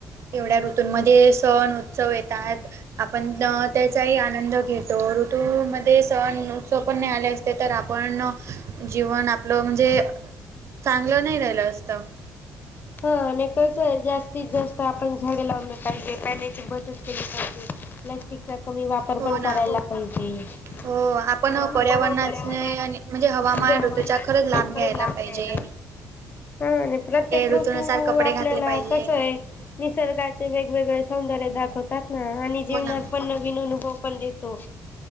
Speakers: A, on the right; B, on the left.
A: एवढ्या ऋतूंमध्ये सण उत्सव येतात, पण त्याचाही आनंद घेतो ऋतूमध्ये सण उत्सव पण नाही आले असतो. ते तर आपण जीवन आपलं म्हणजे चांगलं नाही राहिलं असतं.
B: हा आणि कस जास्तीत जास्त आपण झाडे लावले पाहिजे पाण्याची बचत केली पाहिजे. <unintelligible> प्लॅस्टिकचा कमी वापर
A: हो
B: पण
A: ना.
B: करायला पाहिजे. <unintelligible>
A: हो
B: हो, आपण
A: पर्यावरणाचे
B: पर्यावरणात
A: आणि हवामान
B: म्हणजे हवामानच
A: ऋतूचा खरंच
B: लाभ घालायला
A: घ्यायला
B: पाहिजेल.
A: पाहिजे.
B: <unintelligible> हा, आणि प्रत्येक
A: ऋतूनुसार
B: ऋतू
A: कपडे
B: आपल्याला
A: घातले पाहिजे.
B: कसय निसर्गाचे वेगवेगळे सौंदर्य दाखवतात. ह, आणि जीवनात
A: हो ना.
B: पण, नवीन अनुभव पण देतो.